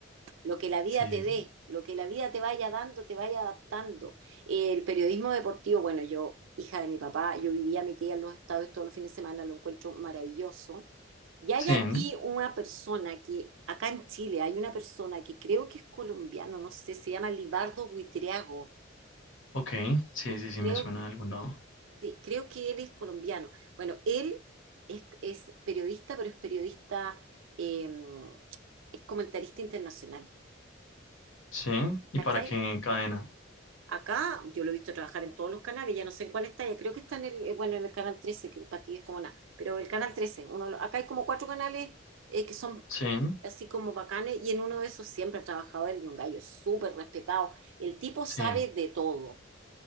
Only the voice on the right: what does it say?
lo que la vida
te
dé, lo que la vida te vaya dando, te vaya adaptando. El periodismo deportivo, bueno, yo, hija de mi papá, yo vivía a mi tía en los estados todos los fines de semana, lo encuentro maravilloso. Y hay
aquí
una persona que, acá en Chile, hay una persona que creo que es colombiano, no sé, se llama Libardo Buitriago.
Creo,
sí, creo que él es colombiano. Bueno, él es, es periodista, pero es periodista, eh, es comentarista internacional.
¿Cachai?
Acá yo lo he visto trabajar en todos los canales, ya no sé en cuál está, ya creo que está en el, eh, bueno, en el canal 13 que para ti es como nada, pero el canal 13. uno, lo- acá hay como cuatro canales eh, que son
así como bacanes y en uno de esos siempre ha trabajado él y un gallo súper respetado. El tipo
sabe de todo,